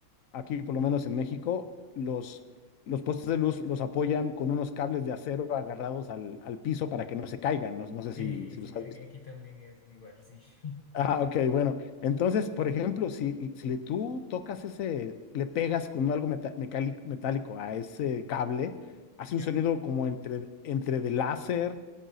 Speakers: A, on the left; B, on the left.
A: aquí por lo
B: Ujú.
A: menos en México, los, los postes de luz los apoyan con unos cables de acero agarrados al, al piso para que no se caigan. No, no sé si,
B: Sí,
A: si
B: sí,
A: los has
B: aquí,
A: visto.
B: aquí también es igual, sí. <laughs>
A: Ah, ok, bueno. Entonces, por ejemplo, si, si le- tú tocas ese, le pegas con algo meta- mecali- metálico a ese cable, hace
B: Ya.
A: un sonido como entre, entre de láser,